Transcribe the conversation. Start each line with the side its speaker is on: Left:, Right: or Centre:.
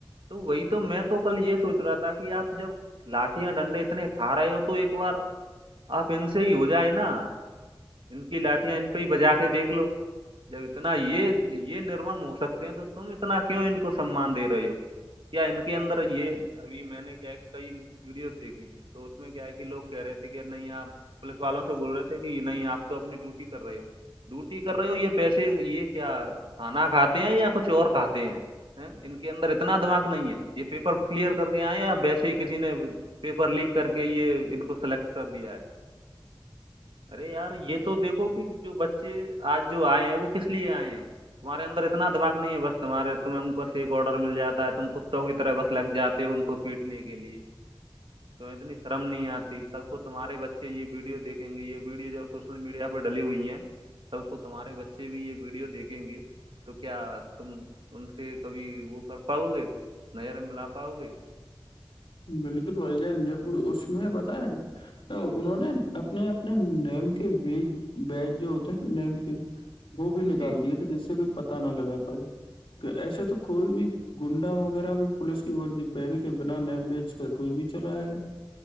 Right: تو وہی تو میں تو کل یہ سوچ رہا تھا کہ آپ جب لاٹیاں ڈنڈے اتنے کھا رہے ہو تو ایک بار آپ ان سے ہی ہو جائے نا ان کی لاٹیاں ان پہ ہی بجا کے دیکھ لو جب اتنا یہ یہ نمم ہو سکتے ہیں تو تم اتنا کیوں ان کو سمان دے رہے ہو کیا ان کے اندر یہ ابھی میں نے کیا کہ کئی ویڈیوز دیکھی تھی تو اس میں کیا ہے کہ لوگ کہہ رہے تھے کہ نہیں آپ پولیس والوں سے بول رہے تھے کہ نہیں آپ تو اپنی ڈیوٹی کر رہے ہو ڈوٹی کر رہے ہو یہ پیسے یہ کیا کھانا کھاتے ہیں یا کچھ اور کھاتے ہیں ہے ان کے اندر اتنا دماغ نہیں ہے یہ پیپر کلیئر کر کے آئے ویسے ہی کسی نے پیپر لیک کر کے یہ ان کو سلیکٹ کر دیا ہے ارے یار یہ تو دیکھو کہ جو بچے آج جو آئے ہیں وہ کس لیے آئے ہیں تمہارے اندرت دا نہیں ہے بس تمہارے تمہ اور سے ایک آڈرل جاتا تم کتوں کی طرح بس لگ جاتے ہو ان کو پیٹنے کے لیے تو اتنیرم نہیں آتی کب کو تمہارے بچے یہ ویڈیو دیکیں گے یہ ویڈیو جب سوشل میڈیا پہ ڈلی ہوئی ہیں کل کو تمہارے بچے بھی یہ ویڈیو دیکھیں گے تو کیا تم ان سے کبھی وہ کر پاؤ گے نظر میں لا پاؤ گے
Left: بالکل بائی جان جو اس میں پت ہے انہوں نے اپنے اپنے نیم کے بیج بیج جو ہوتے ہیں نیم کے وہ بھی نکال
Right: جی
Left: دیے تھے جس سے کوئی پتا نہ لگا پھائی ایسے تو کوئی بھی گنڈا وغیرہ بھی پوولس کی ورزی پہن کے بناان بیچ کر کوئی بھی چلائے گا